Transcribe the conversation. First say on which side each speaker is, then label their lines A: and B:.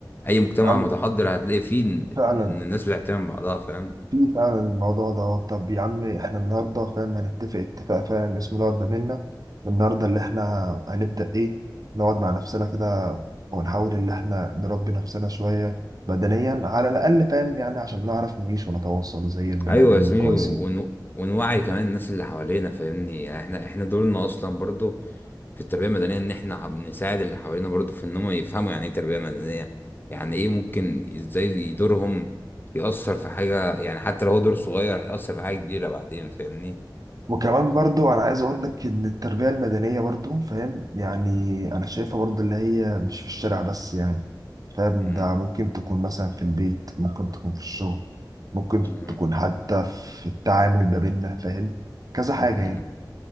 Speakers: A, on the left (about 25°); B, on the right (about 55°).
A: أي مجتمع
B: يا عم
A: متحضر هتلاقي فيه إن
B: فعلا
A: إن الناس بتحترم بعضها فاهم
B: في فعلا الموضوع ده طب يا عم إحنا النهاردة فاهم هنتفق اتفاق فاهم اسمه دوت ما بينا النهاردة اللي إحنا هنبدأ إيه نقعد مع نفسنا كده ونحاول إن إحنا نربي نفسنا شوية بدنيا على الأقل فاهم يعني عشان نعرف نعيش ونتواصل زي البني
A: أيوة
B: آدمين
A: يا زميلي
B: الكويسين
A: ون... ونوعي كمان الناس اللي حوالينا فاهمني يعني احنا احنا دورنا أصلا برضه في التربية المدنية إن إحنا ع- بنساعد اللي حوالينا برضه في إن هم يفهموا يعني إيه تربية مدنية يعني إيه ممكن إزاي دورهم يأثر في حاجة يعني حتى لو هو دور صغير هيأثر في حاجة كبيرة بعدين فاهمني؟
B: وكمان برضو انا عايز اقول لك ان التربية المدنية برضو فاهم يعني انا شايفها برضو اللي هي مش في الشارع بس يعني فاهم
A: مم.
B: ده ممكن تكون مثلا في البيت ممكن تكون في الشغل ممكن
A: مم.
B: تكون حتى في التعامل ما بيننا فاهم كذا حاجة
A: مم.
B: يعني